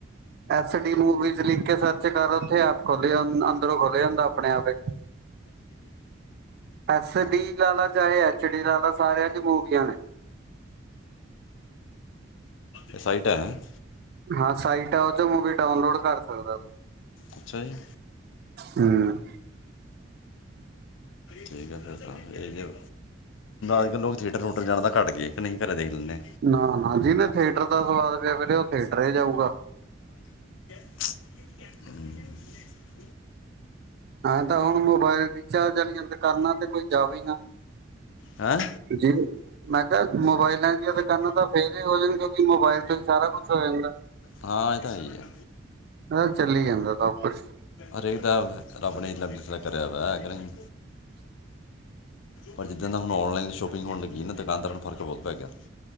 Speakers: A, on the right; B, on the left.
A: ਐਸ ਡੀ ਮੂਵੀਜ਼ ਲਿਖ ਕੇ ਸਰਚ ਕਰ ਓਥੇ ਐਪ ਖੁੱਲ੍ਹ ਜਾਂਦਾ ਅੰਦਰੋਂ ਖੁਲ ਜਾਂਦਾ ਆਪਣੇ ਆਪ ਏ ਐਸ ਡੀ ਲਾ ਲੈ ਚਾਹੇ ਐਚ ਡੀ ਲਾ ਲੈ ਸਾਰਿਆਂ ਚ ਮੂਵੀਆਂ ਨੇ
B: ਇਹ ਸਾਈਟਾ ਹੈ
A: ਹਾਂ ਸਾਈਟ ਆ ਉਹ 'ਚ ਮੂਵੀ ਡਾਊਨਲੋਡ ਕਰ ਸਕਦਾ ਤੂੰ
B: ਅਛਾ ਜੀ
A: ਹੂੰ
B: ਠੀਕ ਆ ਫਿਰ ਤਾਂ ਇਹ ਜੇ ਹ ਅੱਜ ਕੱਲ ਲੋਕ ਥੀਏਟਰ ਥੀਯੁਟਰ ਜਾਣ ਤਾਂ ਘੱਟ ਗਏ ਕਿ ਨਹੀਂ ਘਰੇ ਦੇਖ ਲੈਂਦੇ
A: ਨਾ ਨਾ ਜਿਨੇ ਥੀਏਟਰ ਦਾ ਸਵਾਦ ਪਿਆ ਫਰੇ ਉਹ ਥੀਏਟਰ ਹੀ ਜਾਊਗਾ
B: ਹੂੰ
A: ਐ, ਤਾਂ ਹੁਣ ਮੋਬਾਇਲ ਰੀਚਾਰਜ ਵਾਲ ਜਾਂ ਦੁਕਾਨਾਂ ਤੇ ਕੋਈ ਜਾਵੇ ਨਾ,
B: ਹੈਂ
A: ਜੀ ਮੈਂ ਕਿਹਾ ਮੋਬਾਇਲਾਂ ਦੀਆਂ ਦੁਕਾਨਾਂ ਤਾਂ ਫੇਲ ਹੀ ਹੋ ਜਾਣ ਕਿਉਕਿ ਮੋਬਾਇਲ ਤੋਂ ਹੀ ਸਾਰਾ ਕੁਛ ਹੋ ਜਾਂਦਾ।
B: ਹਾਂ ਇਹ ਤਾਂ ਹੈ ਹੀ ਆ
A: ਅ ਚੱਲੀ ਜਾਂਦਾ ਸਭ ਕੁਛ
B: ਹਰੇਕ ਦਾ ਰੱਬ ਨੇ ਇਨਾ ਵਿਚਕਰਾ ਕਰਿਆ ਹੋਇਆ ਪਰ ਜਿੱਦਣ ਦਾ ਹੁਣ ਨਲਾਈਨ ਸ਼ੋਪਿੰਗ ਹੋਣ ਲੱਗੀ ਨਾ, ਦੁਕਾਨਦਾਰਾਂ ਨੂੰ ਫ਼ਰਕ ਬਹੁਤ ਪੈ ਗਿਆ।